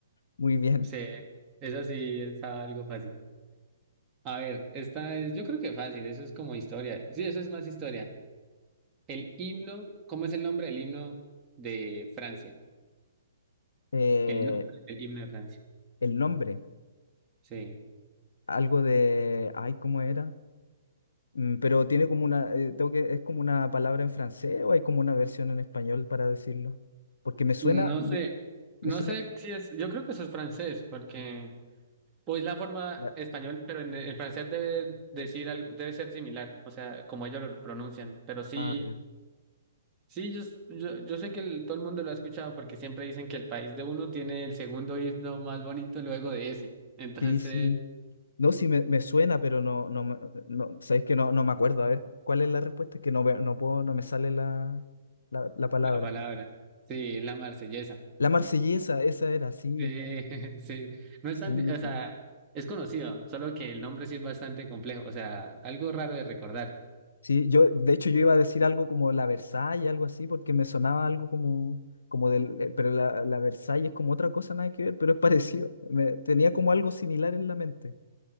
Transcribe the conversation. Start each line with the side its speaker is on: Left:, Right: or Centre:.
Left: muy bien.
Right: Sí, eso sí está algo fácil. A ver, esta es, yo creo que fácil, eso es como historia. Sí, eso es más historia. El himno, ¿cómo es el nombre del himno de Francia?
Left: Eh,
Right: El nombre del himno de Francia.
Left: el nombre,
Right: Sí.
Left: algo de, ay, ¿cómo era? Mm, pero tiene como una, eh, tengo que, es como una palabra en francés o hay como una versión en español para decirlo. Porque me suena,
Right: No
Left: me,
Right: sé,
Left: me
Right: no
Left: suena.
Right: sé si es, yo creo que eso es francés, porque pues la forma
Left: la-
Right: español, pero en, el francés debe decir algo, debe ser similar, o sea, como ellos lo pronuncian. Pero sí,
Left: ah, ya.
Right: sí, yo, s- yo, yo sé que el- todo el mundo lo ha escuchado porque siempre dicen que el país de uno tiene el segundo himno más bonito luego de ese. Entonces,
Left: Sí, sí. No, sí me, me suena, pero no, no, me- no, sabéis que no, no me acuerdo. A ver, ¿cuál es la respuesta? Es que no, ve- no puedo, no me sale la, la, la palabra.
Right: la palabra, sí, es la marsellesa.
Left: La Marsellesa, esa era, sí,
Right: Sí, <laughs> sí. No es
Left: sí,
Right: tan, di- o
Left: po.
Right: sea, es conocido, solo que el nombre sí es bastante complejo, o sea, algo raro de recordar.
Left: Sí, yo, de hecho, yo iba a decir algo como la Versailles, algo así, porque me sonaba algo como, como del, eh, pero la, la Versailles es como otra cosa, nada que ver, pero es <laughs> parecido. Me, tenía como algo similar en la mente.